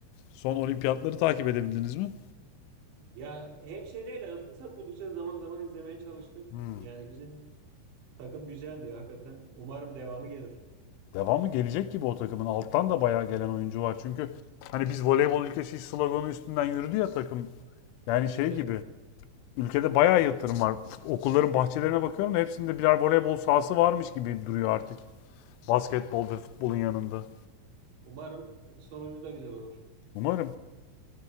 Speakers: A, on the left; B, on the right.
A: son olimpiyatları takip edebildiniz mi?
B: Ya hep şey değil. Yani fırsat buldukça zaman zaman izlemeye çalıştım.
A: Hmm.
B: Yani bizim Takım güzeldi ya hakikaten. Umarım devamı gelir.
A: Devamı gelecek gibi o takımın. Alttan da bayağı gelen oyuncu var. Çünkü hani biz voleybol ülkesi sloganı üstünden yürüdü ya takım. Yani
B: Evet
A: şey
B: evet.
A: gibi. Ülkede bayağı yatırım var. Okulların bahçelerine bakıyorum. da Hepsinde birer voleybol sahası varmış gibi duruyor artık. Basketbol ve futbolun yanında.
B: Umarım sonucu da güzel olur.
A: Umarım.